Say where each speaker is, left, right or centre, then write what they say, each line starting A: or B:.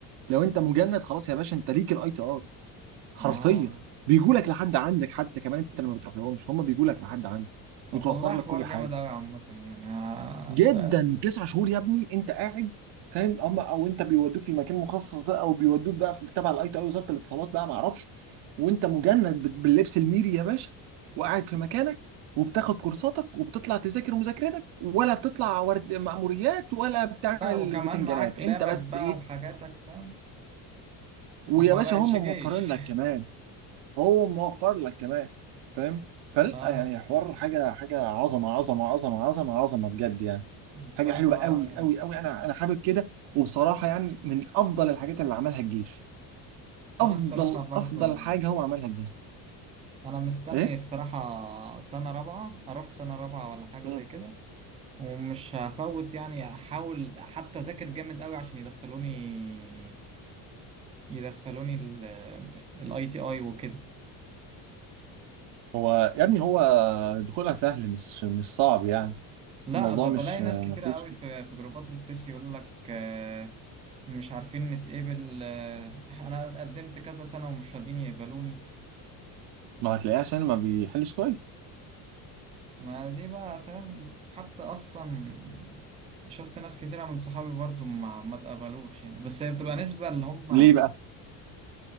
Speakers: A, on the right (about 75°); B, on the right (about 15°).
A: لو انت مجند خلاص يا باشا انت ليك الاي تي اي حرفيا
B: اه
A: بيجوا لك لحد عندك حتى كمان انت لما بتروح لهمش هم بيجوا لك لحد عندك
B: طب
A: بتوفر
B: والله
A: لك
B: حوار
A: كل حاجه
B: جامد أوي عامة يعني آه،
A: جدا
B: فاهم؟
A: تسع شهور يا ابني انت قاعد فاهم اما او انت بيودوك لمكان مخصص بقى او بيودوك بقى في تبع الاي تي اي وزاره الاتصالات بقى ما اعرفش وانت مجند بت- باللبس الميري يا باشا وقاعد في مكانك وبتاخد كورساتك وبتطلع تذاكر مذاكرتك ولا بتطلع ورد مأموريات ولا بتعمل
B: لا وكمان
A: بتنجانات
B: معاك
A: انت
B: لابك
A: بس
B: بقى
A: ايه
B: وحاجاتك فاهم؟ ما
A: ويا باشا
B: بقتش
A: هم
B: جيش
A: موفرين
B: <laughs>
A: لك كمان هو موفر لك كمان فاهم فلا
B: اه
A: يعني حوار حاجه حاجه عظمه عظمه عظمه عظمه عظمه بجد يعني
B: بصراحة
A: حاجه حلوه
B: اه
A: قوي
B: يعني
A: قوي قوي انا انا حابب كده وبصراحه يعني من افضل الحاجات اللي عملها الجيش
B: انا
A: افضل
B: الصراحة برضه
A: افضل حاجه هو عملها الجيش
B: انا مستني
A: ايه
B: الصراحة سنة رابعة اروح سنة رابعة ولا حاجة
A: مم.
B: زي كده ومش هفوت يعني احاول حتى اذاكر جامد قوي عشان يدخلوني يدخلوني الاي تي اي وكده
A: هو يا ابني هو دخولها سهل مش مش صعب يعني
B: لا
A: الموضوع
B: ده بلاقي
A: مش
B: ناس
A: ما
B: كتيرة
A: فيهوش
B: قوي في في جروبات الفيس يقول لك آه، مش عارفين نتقبل آه، انا قدمت كذا سنة ومش راضين يقبلوني
A: ما هتلاقيه عشان ما بيحلش كويس
B: ما دي بقى فاهم حتى اصلا شفت ناس كتيرة من صحابي برضو ما ما اتقبلوش يعني بس هي بتبقى نسبة اللي هم
A: ليه بقى